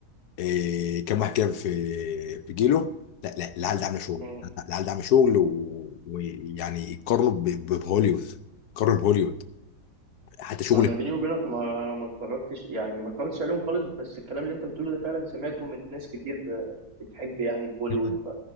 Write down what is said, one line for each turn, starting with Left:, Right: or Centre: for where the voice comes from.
Left: إيه كام واحد كده في في جيله لا لا العيال ده عامله شغل
Right: مم.
Left: العيال ده عامله شغل و- ويعني يقارنوا ب- ب- بهوليوود يقارنوا بهوليوود حتى شغل
Right: انا بيني وبينك ما ما اتفرجتش يعني ما اتفرجتش عليهم خالص بس الكلام اللي انت بتقوله ده فعلا سمعته من ناس كتير آه، بتحب يعني البوليوود
Left: <laughs>
Right: ف